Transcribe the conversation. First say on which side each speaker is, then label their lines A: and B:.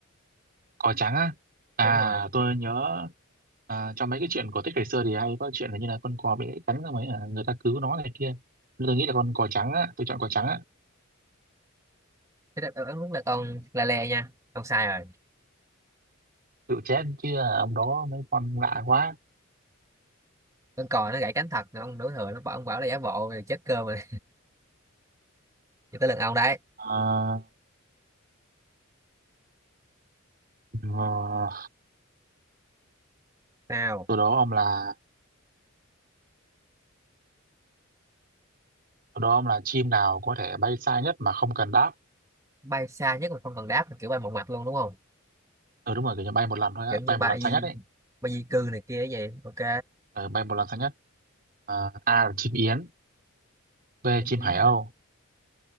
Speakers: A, on the right (about 45°); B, on the right (about 15°).
A: cò trắng á à
B: đúng rồi
A: tôi nhớ à, trong mấy cái chuyện cổ tích ngày xưa thì hay có chuyện là như là con cò bị gãy cánh rồi mấy là người ta cứu nó này kia nên tôi nghĩ là con cò trắng á tôi chọn cò trắng á
B: thế đáp án đúng là con la le nha ông sai rồi
A: tự chết chứ à, ông đó mấy con lạ quá
B: con cò nó gãy cánh thật ông đổ thừa nó bảo ông bảo là giả bộ rồi chết cơm rồi <laughs> cho tới lần ông đấy
A: à, ờ,
B: sao
A: từ đó ông là từ đó ông là chim nào có thể bay xa nhất mà không cần đáp
B: bay xa nhất mà không cần đáp là kiểu bay một mặt luôn đúng không
A: ừ, đúng rồi kiểu như bay một lần thôi á
B: kiểu như
A: bay
B: bay
A: một lần xa nhất ấy
B: bay di cư này kia vậy ok
A: ừ, bay một lần xa nhất à, A là chim yến B là
B: chính
A: chim
B: biến
A: hải âu
B: mà